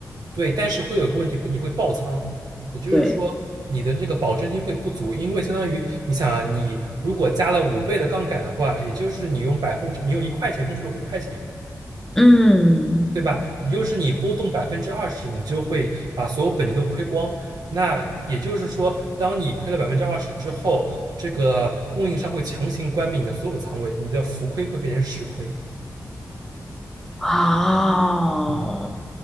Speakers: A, on the right; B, in the centre.
A: 对，但是会有个问题，会你会爆仓，也就是说你的这个保证金会不足，
B: 对。
A: 因为相当于你想啊，你如果加了五倍的杠杆的话，也就是你用百分之你有一块钱控制了五块钱，
B: 嗯，
A: 对吧？也就是你波动百分之二十，你就会把所有本金都亏光。那也就是说，当你亏了百分之二十之后，这个供应商会强行关闭你的所有仓位，你的浮亏会变成实亏。
B: 哦，
A: 嗯，